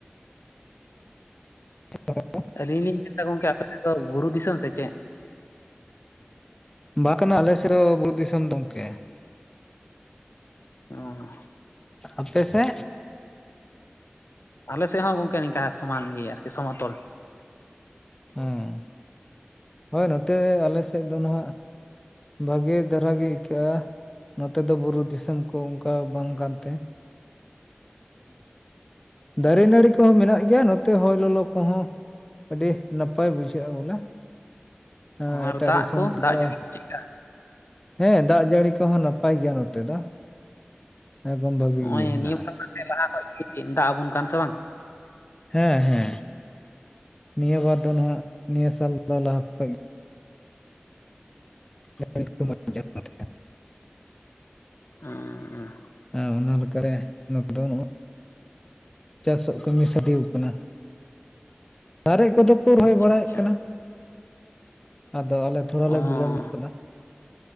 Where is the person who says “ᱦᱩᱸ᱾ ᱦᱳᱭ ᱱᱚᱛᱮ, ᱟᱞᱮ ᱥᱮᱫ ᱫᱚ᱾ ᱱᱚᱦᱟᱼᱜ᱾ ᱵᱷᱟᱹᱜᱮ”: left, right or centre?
Left